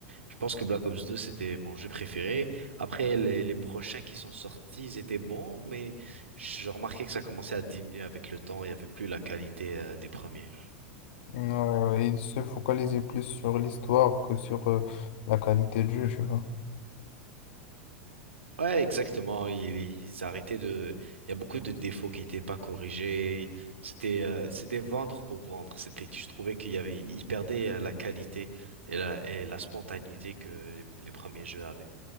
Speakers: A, on the right; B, on the left.
A: je pense que Black Ops 2, c'était mon jeu préféré. Après, les, les prochains qui sont sortis, ils étaient bons, mais je remarquais que ça commençait à diminuer avec le temps. Il n'y avait plus la qualité, euh, des premiers.
B: Ouais, il se focalisait plus sur l'histoire que sur euh, la qualité de jeu, tu vois.
A: Ouais, exactement. Ils, ils arrêtaient de... Il y a beaucoup de défauts qui n'étaient pas corrigés. C'était euh, c'était vendre pour vendre. C'était, je trouvais qu'il y avait... Ils perdaient euh, la qualité et la, et la spontanéité que les, les premiers jeux avaient.